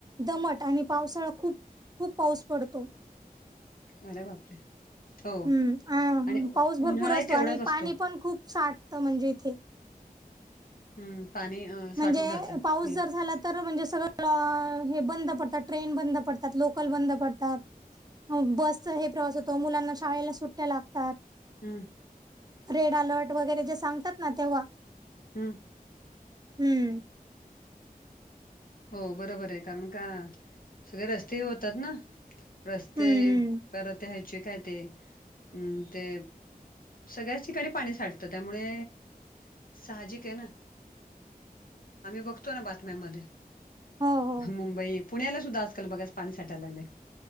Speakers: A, on the right; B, on the left.
A: दमट आणि पावसाळा खूप खूप पाऊस पडतो.
B: अरे बापरे! हो
A: हम्म
B: आणि उ
A: पाऊस भरपूर
B: उन्हाळाही
A: असतो
B: तेवढाच
A: आणि
B: असतो.
A: पाणी पण खूप साठतं म्हणजे इथे.
B: हम्म पाणी अ
A: म्हणजे
B: साठून राहतं
A: पाऊस
B: हे
A: जर झाला तर म्हणजे सगळं. हे बंद पडतात ट्रेन बंद पडतात लोकल बंद पडतात. बसचा हे प्रवास होतो मुलांना शाळेला सुट्ट्या लागतात.
B: हम
A: रेड अलर्ट वगैरे जे सांगतात ना तेव्हा.
B: हम्
A: हम्म
B: हो बरोबर आहे कारण का सगळे रस्तेही होतात ना रस्ते
A: हम्म हम्म
B: परत या्यायचे काय ते हम् ते सगळ्याच ठिकाणी पाणी साठतं त्यामुळे साहजिक आहे ना आम्ही बघतो ना बातम्यामध्ये
A: हो हो
B: मुंबई पुण्याला सुद्धा आजकाल बघाच पाणी साठायला लागलं